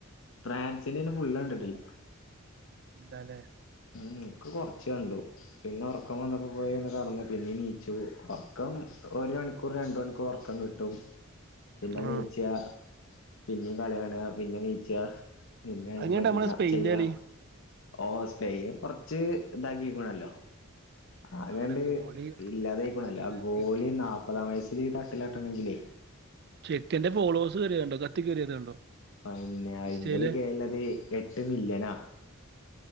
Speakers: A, on the left (about 65°); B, on the right (about 50°).
A: ഫ്രാൻസിന്റെയ്ന് ഫുള്ള് കണ്ട്ട്ട്ല്ല
B: ഇല്ലാലേ
A: ഉം ക്ക് കൊർച്ച് കണ്ടു പിന്നെ ഒറക്കം വന്നപ്പാെ പോയി ഒന്ന് കടന്ന് പിന്നിം നീച്ചു ഒർക്കം ഒര് മണിക്കൂറ് രണ്ട്‌ മണിക്കൂറ് ഒർക്കം കിട്ടും പിന്നെ
B: ആഹ്.
A: നീച്ചാ പിന്നിം കളി കാണാ പിന്നെ നീച്ചാ പിന്നെ അയ്നെ
B: അത് കഴിഞ്ഞിട്ടാ
A: പറ്റി
B: നമ്മളെ
A: ചർച്ചെയ്യാ
B: സ്പെയിന്റെ കളി.
A: ഓസ് തെയ്യം കൊറച്ച് താക്കികുണല്ലോ ആകണ്ട്
B: അവരെ ഗോളി
A: ഇല്ലാതായ്ക്കുണല്ലോ
B: സീനാക്കി
A: ആ ഗോളി
B: എടുത്തു
A: നാപ്പ താം വയസ്സ്ല് ഈ തട്ടലട്ടണെങ്കിലേ
B: ചെക്കന്റെ ഫോളോവേഴ്സ് കേറ്യേകണ്ടോ കത്തിക്കേറ്യേത് കണ്ടോ
A: പയ്ന്നെ അയ്മ്പത്
B: ഇൻസ്റ്റയില്
A: കേ ല്ലത് എട്ട് മില്യനാ